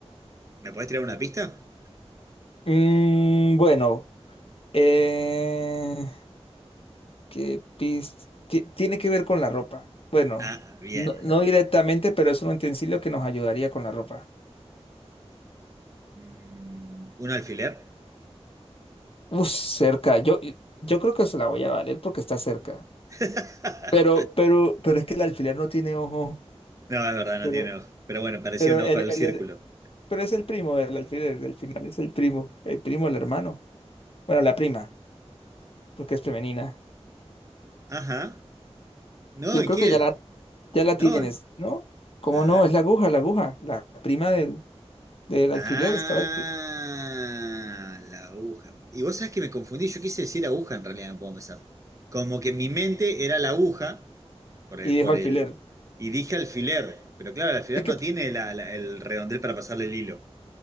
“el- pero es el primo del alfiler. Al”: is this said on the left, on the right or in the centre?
Left